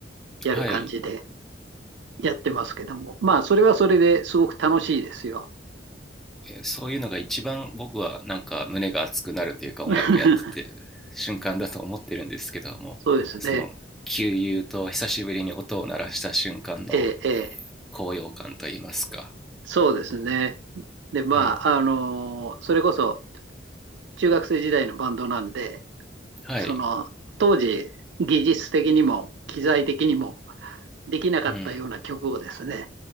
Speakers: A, on the right; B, in the centre.
A: やる感じで
B: はい。
A: やってますけども、まあ、それはそれですごく楽しいですよ。
B: えそういうのが一番僕はなんか胸が熱くなるというか音楽やってて瞬間だと思ってるんですけども、
A: <laughs> そうですね。
B: その、急油と久しぶりに音を鳴らした瞬間の
A: ええ、ええ。
B: 高揚感といいますか。
A: そうですね。で、まあ、
B: うん。
A: あの、それこそ中学生時代のバンドなんで、
B: はい。
A: その、当時、技術的にも機材的にもできなかったような曲をですね、
B: うん。